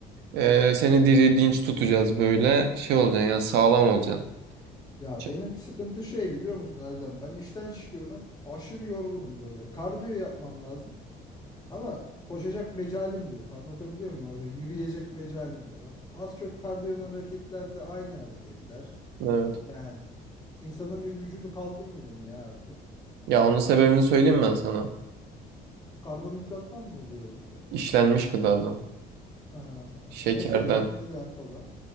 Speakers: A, on the right (about 80°); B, on the left (about 20°).
A: Ee, seni diri dinç tutacağız böyle. Şey olacaksın yani sağlam olacaksın.
B: Ya
A: Ç-
B: benim sıkıntı şey biliyor musun Erdem? Ben işten çıkıyorum. Aşırı yorgunum böyle. Kardiyo yapmam lazım. Ama koşacak mecalim de yok. Anlatabiliyor muyum orada? Yürüyecek mecalim de yok. Az çok kardiyon hareketler de aynı hareketler.
A: Evet.
B: Yani insanın bir vücudu kaldırmıyor onu ya artık.
A: Ya onun sebebini söyleyeyim ben sana.
B: Karbonhidrattan mı oluyor yoksa?
A: İşlenmiş gıdadan.
B: Ha,
A: Şekerden.
B: mesela neler falan.